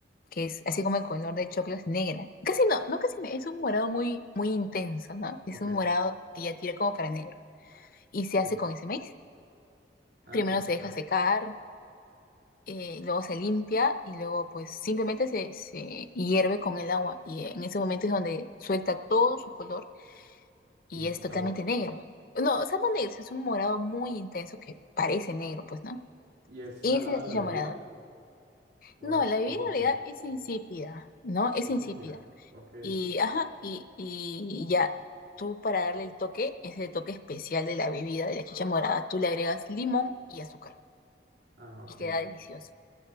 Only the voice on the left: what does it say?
que es así como el color de choclo es negra. Casi no, no casi, no, es un morado muy, muy intenso, ¿no?
Es un morado que ya tira como para negro. Y se hace
con ese maíz.
Primero
se deja secar, eh, luego se limpia y luego pues simplemente se, se hierve con el agua y en ese momento es donde suelta todo su color y
es
totalmente negro. No, o sea, no negro, sí es un morado muy intenso que parece negro, pues, ¿no?
Y esa es la chicha
morada.
No,
la
bebida
en realidad es insípida, ¿no?
Es
insípida.
Y, ajá, y, y ya, tú para darle el toque, ese toque especial de la bebida, de la chicha morada, tú le agregas limón y azúcar
y queda delicioso.